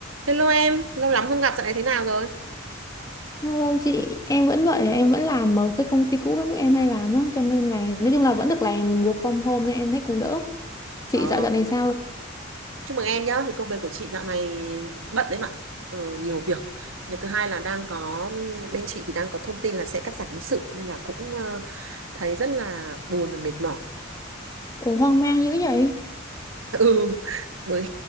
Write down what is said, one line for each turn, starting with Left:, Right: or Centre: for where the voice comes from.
Right: Hello em, lâu lắm không gặp, dạo này thế nào rồi?
Left: vâng vâng, chị, em vẫn vậy, em vẫn làm ở cái công ty cũ của em hay làm á, cho nên là nói chung là vẫn được làm work from home nên em thấy cũng đỡ. Chị
Right: Ờ,
Left: dạo dạo này sao?
Right: Chúc mừng em nhá, thì công việc của chị dạo này bận đấy mà, ừ, nhiều việc. Ngày thứ hai là đang có, bên chị thì đang có thông tin là sẽ cắt giảm nhân sự, nên là cũng ờ, thấy rất là buồn và mệt mỏi.
Left: Ủa hoang mang dữ vậy?
Right: <laughs> Ừ, bởi